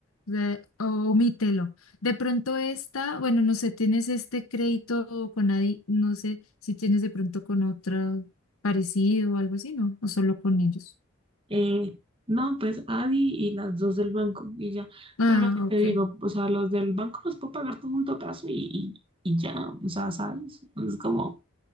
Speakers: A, on the left; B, on the right.
A: O sea, o- omítelo. De pronto esta, bueno, no sé, tienes este crédito con nadie, no sé si tienes de pronto con otra parecido o algo así, ¿no? O solo con ellos.
B: Eh, no, pues Adi y las dos del banco y ya,
A: Ah,
B: pero lo que te
A: ok.
B: digo, o sea, los del banco los puedo pagar todo junto a plazo y, y y ya, o sea, ¿sabes? Es como,